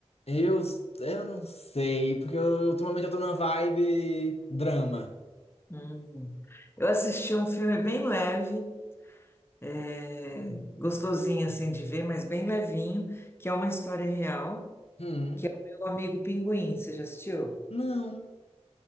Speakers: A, on the left; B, on the left.
A: eu, eu não sei, porque eu- ultimamente eu tô numa vibe drama.
B: Hum. Eu assisti um filme bem leve, é, gostosinho assim de ver, mas bem levinho, que é uma história real.
A: Hum.
B: Meu amigo Pinguim, você já assistiu?
A: Não.